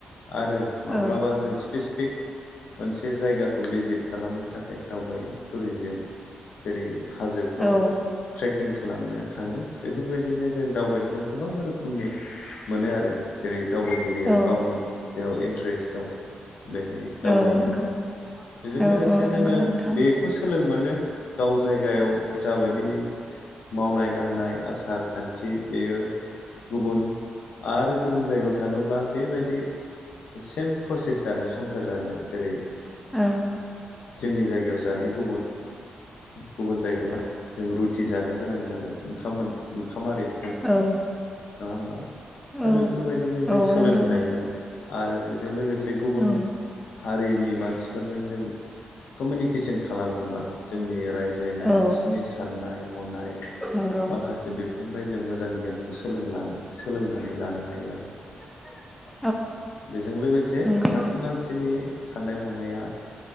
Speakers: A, on the left; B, in the centre.
A: आरो माब्लाबा
B: औ
A: जों स्पेसिफिक मोनसे जायगाखौ भिजिट खालामनो थाखाय दावबायो टुरिजिम जेरै हाजोफ्राव
B: औ
A: ट्रेक किं खालामनो थाङो बेफोरबायदिनो जों दावबायनायखौ गोबां रोखोमनि मोनो आरो जेरै दावबायगिरिया
B: औ
A: गावनि जेराव इन्टारेस्ट दं बेहाय दावबायो
B: औ नंगौ
A: आरो बेजों
B: औ
A: लोगोसे
B: औ
A: जोंङो
B: नंगौ नोंथां
A: बेखौ सोलों मोनो गाव जायगायाव जाबायदि मावनाय दांनाय आसार खान्थि बेयो गुबुन आरो गुबुन जायगायाव थाङोब्ला बेबायदि सेम प्रससेआनो सं संसार जानायाव जेरै
B: औ
A: जोंनि जायगायाव जानाय गुबुन गुबुन जायगायाव थांनानै जों रुथि जानो गोनां जागोन ओंखाम आरिखौ
B: औ
A: नङा होमबा
B: औ
A: दा बेफोरबायदिनो जों
B: औ
A: सोलोंनो
B: नंगौ
A: हायो
B: नोंथां
A: आरो आरो बेजों लोगोसे गुबुन
B: औ
A: हारिनि मानसिफोरजों जों कमिउनिकेसन खालामोबा बिनि रायज्लायनाय
B: औ
A: बिसिनि साननाय हनाय
B: नंगौ
A: माखासे बेफोरनिफ्राय जों मोजां गियानखौ सोलोंना सोलोंनानै लानो हायो आरो।
B: <unintelligible>
A: बेजों लोगोसे
B: नंगौ
A: सासे मानसिनि साननाय हनाया